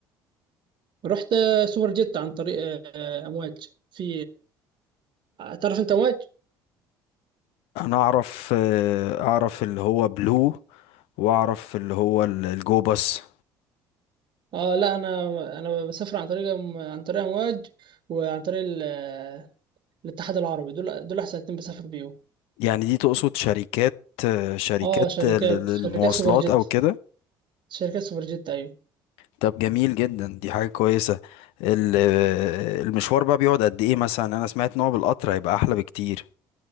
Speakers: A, on the right; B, on the left.
A: رحت آه، سوبر جيت عن طريق آه، آه، أمواج في تعرف انت امواج
B: انا اعرف آه، اعرف اللي هو بلو واعرف اللي هو ال- الجو باص
A: اه لا انا انا بسافر عن طريق عن طريق امواج وعن طريق ال- الاتحاد العربي دول دول احسن اتنين بسافر بيهم
B: يعني دي تقصد شركات آه، شركات
A: اه شركات
B: ال- المواصلات
A: شركات سوبر جيت
B: او كده
A: شركات سوبر جيت ايوه
B: طب جميل جدا دي حاجة كويسة ال- آه، المشوار بقى بيقعد قد ايه مثلا انا سمعت ان هو بالقطر هيبقى احلى بكتير